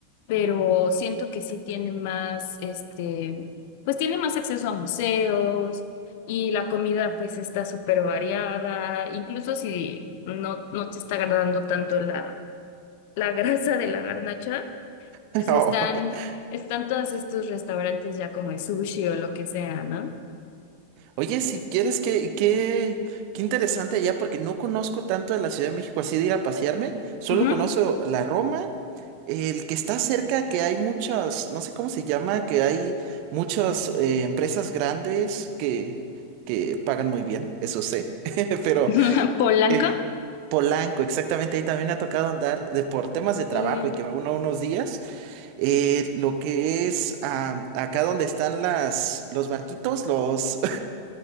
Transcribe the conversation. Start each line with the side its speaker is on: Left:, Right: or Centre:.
Left: pero siento que sí tiene más, este, pues tiene más acceso a museos y la comida pues está súper variada, incluso si no, no te está agradando tanto la, la <laughs> grasa de la garnacha,
Right: <laughs>
Left: pues están... Están todos estos restaurantes ya como de sushi o lo que sea, ¿no?
Right: Oye, si quieres, que qué, qué interesante allá, porque no conozco tanto de la Ciudad de México así de ir a pasearme, solo
Left: Ujú.
Right: conozco la Roma, el que está cerca, que hay muchas, no sé cómo se llama, que hay muchas eh, empresas grandes que, que pagan muy bien, eso sé, <laughs> pero
Left: <laughs> Polanco
Right: eh, Polanco, exactamente, ahí también me ha tocado andar de, por temas de
Left: y
Right: trabajo y que va uno unos días, eh, lo que es ah, acá donde están las, los barquitos, los